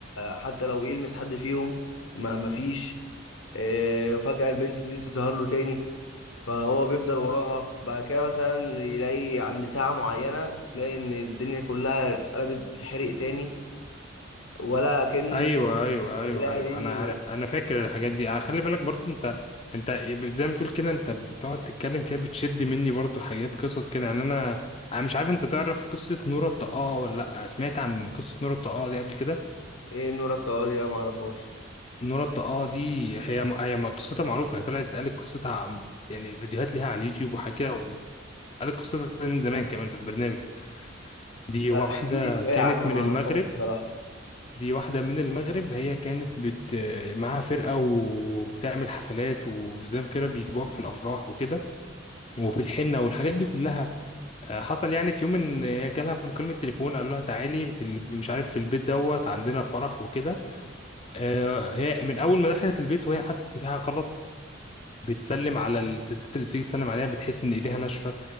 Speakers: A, on the left (about 80°); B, on the left (about 30°).
A: حتى لو يلمس حد فيهم ما مفيش آه، فجأة البنت دي تظهر له تاني فهو بيفضل وراها بعد كده مثلا يلاقي عند ساعة معينة تلاقي إن الدنيا كلها اتقلبت بتتحرق تاني ولا كأن
B: ايوه ايوه
A: الطبيعة
B: ايوه ايوه
A: دي
B: انا انا فاكر الحاجات دي انا خلي بالك برضو انت انت زي ما تقول كده انت بتقعد تتكلم كده بتشد مني برضو حاجات قصص كده يعني انا انا مش عارف انت تعرف قصه نورة الطاقه ولا لا سمعت عن قصه نورة الطاقه دي قبل كده
A: إيه نور الطوالي ده معرفهاش
B: نورة الطاقه دي هي هي م- قصتها معروفه هي طلعت قالت قصتها عم- يعني فيديوهات ليها على اليوتيوب وحاجات كده وقالت قصتها من زمان كمان في البرنامج دي
A: لا
B: واحده
A: احكيلي شوية
B: كانت
A: عنها
B: من
A: معرفهاش
B: المغرب
A: بصراحة
B: دي واحدة من المغرب هي كانت بت معاها فرقة وبتعمل حفلات وزي كده بيجيبوها في الأفراح وكده وفي الحنة والحاجات دي كلها آه، حصل يعني في يوم إن هي جالها مكالمة تليفون قالوا لها تعالي في ال- مش عارف في البيت دوت عندنا فرح وكده آه، هي من أول ما دخلت البيت وهي حست إن في حاجة غلط بتسلم على الستات اللي بتيجي تسلم عليها بتحس إن إيديها ناشفة